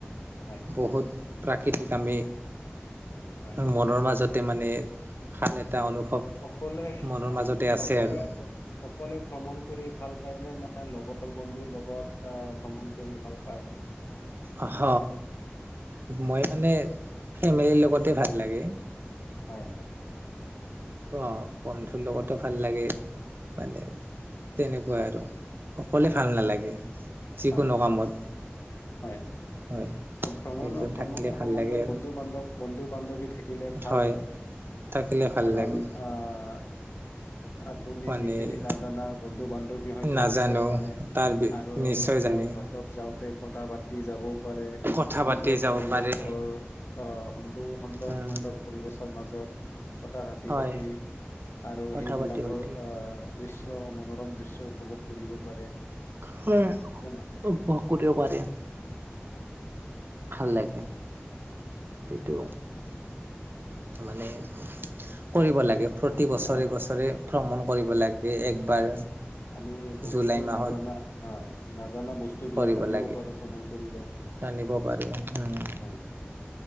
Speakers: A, on the left (about 70°); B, on the right (about 55°).
A: হয়
B: বহুত প্ৰাকৃতিক আমি
A: হয়
B: মনৰ মাজত তাতে মানে ভাল এটা অনুভৱ
A: অকলে
B: মনৰ
A: আপুনি
B: মাজতে আছে
A: অকলে
B: আৰু
A: অ অকলে ভ্ৰমণ কৰি ভাল পাই নে না লগৰ বন্ধুৰ লগত আহ ভ্ৰমণ কৰি ভাল পায়।
B: অহ মই মানে ফেমিলিৰ লগতে ভাল লাগে।
A: হয় হয়।
B: অ' বন্ধুৰ লগতো ভাল লাগে মানে তেনেকুৱা আৰু অকলে ভাল নালাগে। যিকোনো
A: হয়
B: কামত
A: হয়
B: হয়
A: ভ্ৰমণ
B: একজন থাকিলে
A: ভ্ৰমণৰ
B: ভাল
A: সময়ত
B: লাগে আৰু
A: বন্ধু বান্ধৱ বন্ধু বান্ধৱী থাকিলে ভাল
B: হয় থাকিলে ভাল
A: কাৰণ।
B: লাগে
A: অঁ। আপুনি
B: মানে
A: যিখিনি নাজানা বন্ধু- বান্ধৱী হয়তো
B: নাজানো
A: নিশ্চয় জানে
B: তাৰ
A: আৰু
B: নিশ্চয় জানে
A: অ' বাটত যাওক কথা পাতি যাব পাৰে সুন্দৰ
B: কথা পাতি যাব
A: পৰিবেশ
B: পাৰে
A: বৰ আহ সুন্দৰ সুন্দৰ
B: উম
A: সুন্দৰ পৰিবেশৰ মাজত কটা ভতি
B: হয়
A: বাতি আৰু
B: কথা
A: সেইবিলাকৰ
B: পাতি পাতি
A: আহ দৃশ্য মনোৰম দৃশ্য উপভোগ কৰিব পাৰে।
B: হয়
A: হয় ন
B: উপভোগ কৰিব পাৰে। ভাল লাগে, সেইটো মানে কৰিব লাগে প্ৰতি
A: আৰু
B: বছৰে
A: হয়
B: - বছৰে ভ্ৰমণ কৰিব লাগে
A: হয়
B: একবাৰ
A: আমি বহুতো
B: জুলাই মাহত।
A: নাজানা হয় নাজানা বস্তু বিলাক
B: কৰিব
A: জানিব
B: লাগে
A: পাৰো ভ্ৰমণ কৰিলে
B: জানিব পাৰো উম,
A: হয়